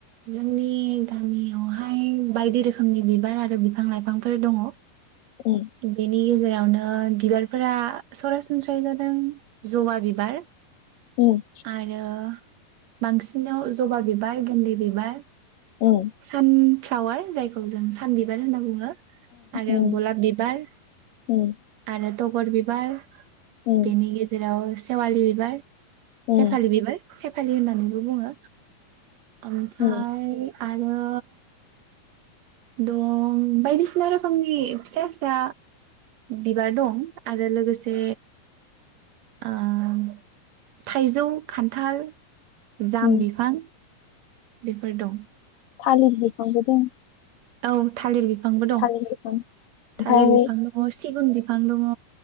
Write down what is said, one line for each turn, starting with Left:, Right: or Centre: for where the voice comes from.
Right: जोंनि गामियावहाय बायदि रोखोमनि बिबार आरो बिफां लाइफांफोर दङ
Left: उम
Right: बेनि गेजेराव नो बिबारफोरा सरासनस्रायै जादों जबा बिबार
Left: उम
Right: आरो बांसिनाव जबा बिबार गोन्दै बिबार
Left: उम
Right: सान फ्लावार जायखौ जों सानबिबार होनना बुङो ओ आरो
Left: उम
Right: गलाब बिबार
Left: उम
Right: आरो तगर बिबार
Left: उम
Right: बेनि गेजेराव सेेवाली बिबार
Left: उम
Right: सेफालि बिबार सेफालि होननानैबो बुङो ओमफ्राय
Left: उम
Right: आरो दं बायदिसिना रोखोमनि फिसा फिसा बिबार दं आरो लोगोसे ओम थाइजौ खान्थाल जाम
Left: उम
Right: बिफां बेफोर दं।
Left: थालिर बिफांबो दं।
Right: औ थालिर बिफांबो दं
Left: थालिर बिफां ओमफ्राय
Right: थालिर बिफां दङ सिगुन बिफां दङ।